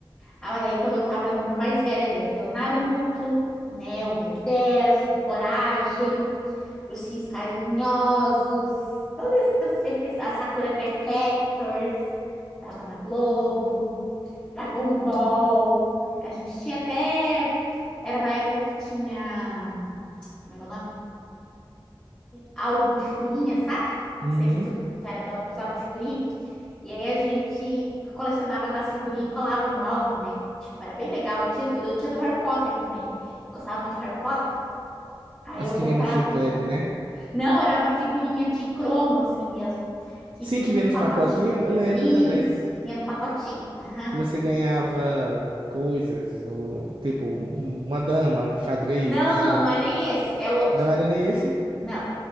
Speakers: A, on the left (about 15°); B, on the right (about 70°).
A: Ah, daí quando eu tava mais velha, daí deu Naruto, né? O Ben 10, o Coragem. Ursinhos Carinhosos, todos esses SBT, a Sakura Card Captors, que tava na Globo, Dragon Ball. A gente tinha até. Era uma época que tinha. Como é é o nome? Álbum de figurinha, sabe? Não
B: Uhum.
A: sei se tu, tu era do, dos álbuns de figurinha. E aí a gente colecionava aquelas figurinhas e colava no álbum, né? Tipo, era bem legal. Eu tinha, do- eu tinha do Harry Potter também. Eu gostava muito de Harry Potter. Aí
B: As
A: eu
B: que
A: comprava
B: vinha no chiclete, né?
A: Não, era uma figurinha de cromo, assim mesmo, que
B: Sim,
A: vinha
B: que
A: num
B: vinha nos
A: pacotinho.
B: pacotinhos, eu lembro
A: Isso,
B: também.
A: que vinha no pacotinho. Aham.
B: Que você ganhava coisas, ou, tipo, uma dama, um xadrez,
A: Não,
B: se
A: não,
B: você...
A: não é nem esse, é outro.
B: Não era nem esse?
A: Não.